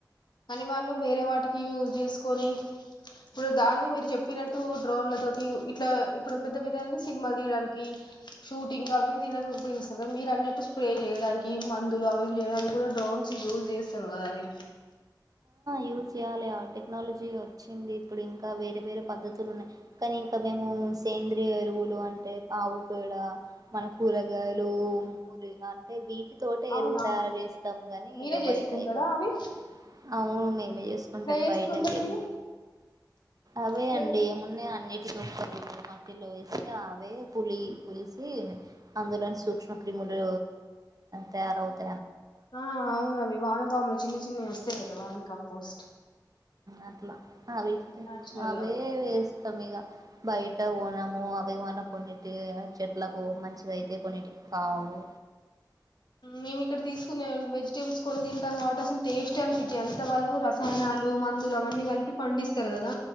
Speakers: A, on the left; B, on the right.
A: కాని వాళ్ళు వేరే వాటికి యూజ చేసుకొని ఇప్పుడు దాన్నే మీరు చెప్పినట్టు డ్రోన్లతోటి ఇట్లా ఇప్పుడు పెద్ద పెద్ద సినిమాలు తీయడానికి షూటింగ్లు అవివి తినడానికిస్తారు కదా మీరు అన్నట్టు స్ప్రే చేయడానికి మందులు అవివి చేయడానికి కూడా డ్రోన్స్ యూస్్ చేస్తాారు కదా అది
B: యూజ్ చేయ్యాలి ఆ టెక్నాలజీ వచ్చింది ఇప్పుడు ఇంకా వేరే వేరే పద్ధతులు ఉన్నాయి కానీ ఇంకా మేము సేంద్రియ ఎరువులు అంటే ఆవు పేడ మన కూరగాయలు మురి అంటే వీటి తోట
A: అవునా
B: ఎరువు తయారు చేస్తాం కానీ
A: మీరే
B: ఇక
A: చేసుకుంటారా
B: బయట అయిపోను
A: అవి
B: అవును మేమే చేసుకుంటాం
A: ఎట్లా చేసుకుంటారు
B: బయటవేం
A: మీరు
B: అవే
A: ఎట్లా
B: అండి
A: చేస్-
B: ఏమున్నాయి అన్నిటి సక్కలు మటిలో వేసి అవే పులి పులిసి అందులోని సూక్ష్మ క్రిములు తయారవుత
A: ఆ అవునువి వాహన పాాములు చిన్న చిన్నస్త వరమ కంపస్ట్
B: అట్లా అవి
A: నాచురల్
B: అవే
A: గా
B: వేస్తాం ఇక బయట కొనము అవి మన కొన్నిటి చెట్లకు మంచి ఇదయితే కొన్నింటికి కావు
A: మేమి ఇక్కడ తీసుకునే వెజిటేబుల్స్ కొన్ని తింటాం కాబట్టి అసలు టేస్ట్ అనిపించాయి అంత వాళ్ళు రసాయనాలు మందులు అవన్నీ కలిపి పండిస్తారు కదా